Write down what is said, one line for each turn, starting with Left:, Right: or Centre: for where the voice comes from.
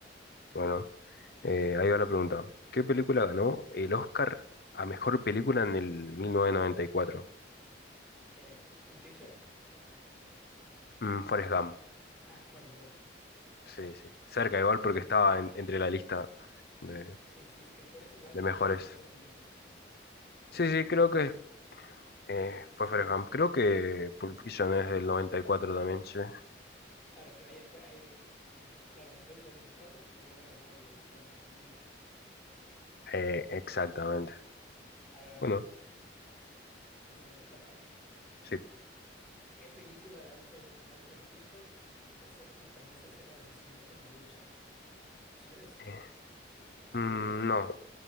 Left: Bueno, eh, ahí va la pregunta. ¿Qué película ganó el Oscar a mejor película en el 1994?
Centre: Eh, Pulp Fiction.
Left: Mm, Forrest Gump.
Centre: Ah, Forrest Gump.
Left: Sí, sí. Cerca igual porque estaba en- entre la lista de
Centre: Sí, sí, es que por esos años
Left: de mejores.
Centre: también salió esa película. Es
Left: Sí,
Centre: buenísima,
Left: sí, creo
Centre: Forrest
Left: que
Centre: Gump.
Left: eh, fue Fareham. Creo que Pulp Fiction es del 94 también, sí.
Centre: Claro, pero ella fue ahí. mismo. Claro, salió en el 94, pues debió haber ganado los Oscars del 95.
Left: Eh, exactamente.
Centre: A ver, dale,
Left: Bueno,
Centre: me, me toca.
Left: sí.
Centre: ¿Qué película de Alfred, de Alfred Hitchcock presenta una famosa escena de asesinato en la ducha? Opciones:
Left: Eh,
Centre: eh,
Left: mm, no,